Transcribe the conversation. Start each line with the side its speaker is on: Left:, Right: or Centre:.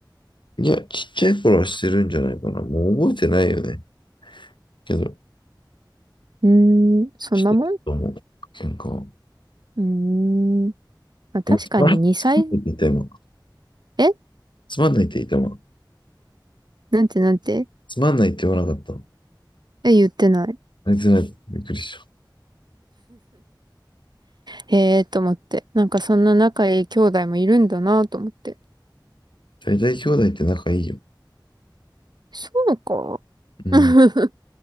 Left: いや、ちっちゃい頃はしてるんじゃないかな。もう覚えてないよね。けど、
Right: うーん、そんなもん
Left: してたと思う。喧嘩は。
Right: うーん。まあ、確かに2歳、
Left: でもつまんないつまんないって言った今。
Right: え
Left: つまんないって言った今。
Right: なんてなんて
Left: つまんないって言わなかった。
Right: え、言ってない。
Left: あいつら、びっくりした。
Right: へえーと思って。なんかそんな仲いい兄弟もいるんだなと思って。
Left: 大体兄弟って仲いいよ。
Right: そうか。
Left: うん。
Right: <laughs>